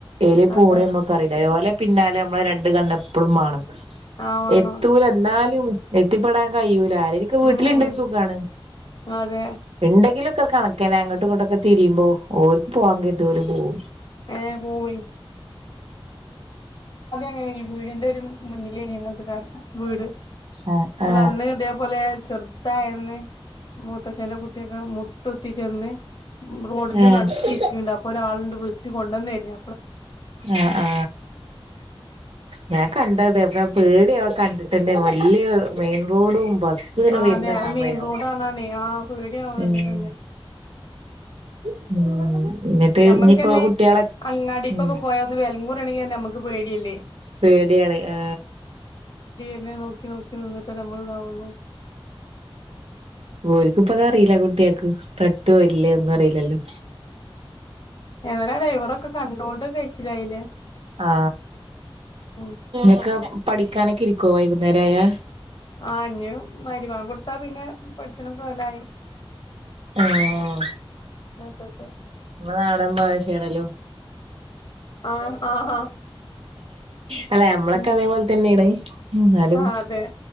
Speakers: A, on the right; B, on the left.
A: എയ്ലെ പൂണ്
B: അതെ
A: ഞമ്മക്കറില്ല ഓലെ പിന്നാലെ ഞമ്മളെ രണ്ട് കണ്ണ് എപ്പള്ളും മാണം.
B: ആ വാണം
A: എത്തൂലന്നാലും എത്തിപ്പെടാൻ കയ്യൂ ആരൊക്കെ വീട്ടിലിണ്ടെങ്കിലും
B: ഉം
A: സുഖാണ്
B: അതെ
A: ഇണ്ടെങ്കിലും. കണക്കെന്നെ അങ്ങോട്ടും ഇങ്ങോട്ടൊക്കെ തിരിയ്പോ ഓര് പോവാൻ കെരുതിയൊര് പോവും.
B: ഏ പോവെയ്. ങ്ങനെ പീടിയന്റെയൊരു മുന്നിലെയ്നിം ഞങ്ങളത് ക വീട്
A: ആ ആ
B: അന്ന് ഇതേപോലെ ചെറുതായെന്ന്. മൂത്തച്ഛന്റെ കുട്ടിയൊക്കെ മുട്ടുത്തി ചെന്ന്. മ്മൾ റോഡിന്റെ
A: ആ
B: നട്ക്കി ഇരിക്കിണ്ട് അപ്പൊ ഒരാൾണ്ട് വിളിച്ച് കൊണ്ടെന്നരാ.
A: അ ആ. ഞാൻ കണ്ടത് അപ്പ പേടിയാവ കണ്ടിട്ടെന്നെ വല്ല്യ മെയിൻ റോഡും. ബസ് ഇങ്ങനെ
B: ആ
A: വരുന്ന
B: അതെ അത്
A: സമയം
B: മെയിൻ റോഡണണേ ആ പേടിയാവ കണ്ടിട്ടെന്നെ.
A: ഉം <unintelligible> ന്നിട്ട്
B: ഞമ്മക്കെന്നെ
A: ഞ്ഞിപ്പോ ആ കുട്ടികളെ
B: അങ്ങാടിക്കൊക്കെ
A: ഉം.
B: പോയാന്ന് വെലങ്ങൂറാണെങ്കി തന്നെ നമ്മക്ക് പേടിയല്ലേ
A: പേടിയാണ് ആ.
B: പിന്നെ നോക്കി നോക്കി നിന്നിട്ടല്ലേ നമ്മൾ ഇതാവുള്ളൂ.
A: ഓര്ക്ക്പ്പൊതറീല കുട്ടിയാക്ക് തട്ടോ ഇല്ലേ ഒന്നും അറിയില്ലല്ലോ?
B: ഞാനാ ആ ഡ്രൈവറൊക്കെ കണ്ടോണ്ട് കഴിച്ചിലായിലെ.
A: ആ
B: ഉം
A: എക്കം. പഠിക്കാനൊക്കെ ഇരിക്കോ വൈകുന്നേരയാ?
B: ആ ഇഞ്ഞു മരിബാങ്കൊടുത്താൽ പിന്നെ പഠിച്ണ സോലായി.
A: ആഹ്.
B: ന്നാ അയ്ക്കോട്ടെ.
A: ങ്ങൾ നാടൻബാഷേണല്ലോ?
B: ആഹ് ആഹാ
A: അല്ല ഞമ്മളൊക്കെ
B: ഉം
A: അതേപോലെ തന്നെയാണ്. ഇന്നാലും
B: ആഹ് അതെ